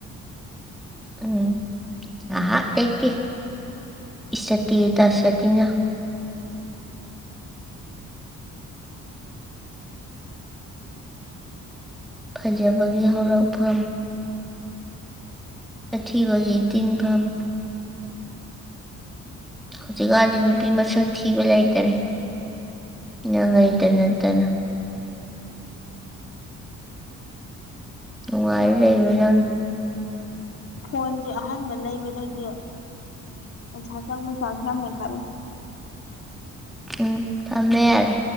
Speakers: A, in the centre; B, on the left.
A: ꯎꯝ ꯉꯍꯥꯛ ꯂꯩꯇꯦ ꯏꯁꯇꯦꯇꯁ ꯑꯁꯤꯅ ꯐꯖꯕꯒꯤ ꯍꯧꯔꯛꯐꯝ ꯑꯊꯤꯕꯒꯤ ꯏꯇꯤꯟꯐꯝ ꯍꯧꯖꯤꯛꯀꯥꯟꯖꯦ ꯅꯨꯄꯤ ꯃꯁꯛ ꯊꯤꯕ ꯂꯩꯇꯔꯦ ꯅꯪꯑꯩꯇ ꯅꯠꯇꯅ ꯅꯨꯡꯉꯥꯏꯔ ꯂꯩꯌꯨ ꯅꯪ
B: ꯐꯣꯟꯖꯦ ꯑꯍꯟꯕ ꯂꯩꯕꯗꯒꯤ ꯄꯩꯁꯥ ꯆꯪꯕꯩ ꯆꯥꯟꯁ ꯌꯥꯝ ꯍꯦꯟꯀꯠꯂꯦ
A: ꯎꯝ ꯊꯝꯃꯦ ꯌꯥꯔꯦ